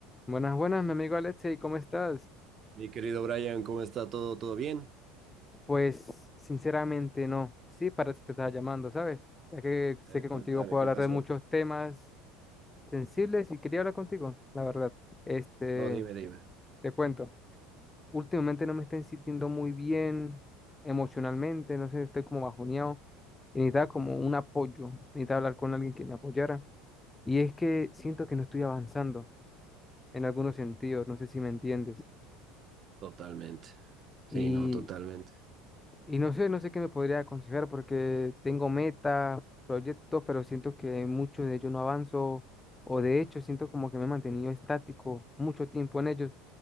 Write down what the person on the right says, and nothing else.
Mi querido Brian, ¿cómo está todo? ¿Todo bien?
Eh,
contame,
¿qué
pasó?
No, dime, dime.
Totalmente. Sí,
no, totalmente.